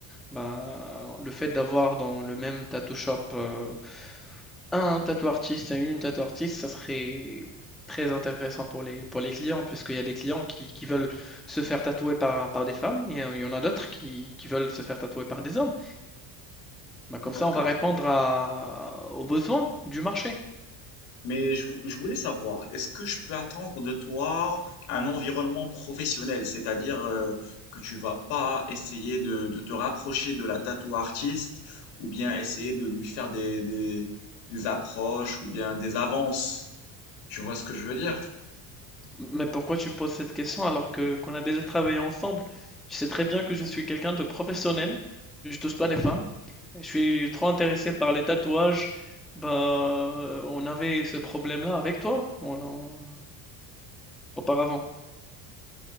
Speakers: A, in the centre; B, on the left.
A: Bah, le fait d'avoir dans le même tattoo shop, heu, un tattoo artiste et une tattoo artiste, ça serait très intéressant pour les pour les clients puisqu'il y a des clients qui qui veulent se faire tatouer par par des femmes et heu, il y en a d'autres qui qui veulent se faire tatouer par des hommes. Bah, comme ça,
B: D'accord.
A: on va répondre à aux besoins du marché.
B: Mais je, vou- je voulais savoir, est-ce que je peux attendre de toi un environnement professionnel, c'est-à-dire euh, que tu vas pas essayer de, de te rapprocher de la tattoo artiste ou bien essayer de lui faire des, des, des approches ou bien des avances. Tu vois ce que je veux dire?
A: Mais pourquoi tu me poses cette question alors que qu'on a déjà travaillé ensemble? Tu sais très bien que je suis quelqu'un de professionnel, je touche pas les femmes, je suis trop intéressé par les tatouages. Bah, on avait ce problème-là avec toi, on en- auparavant.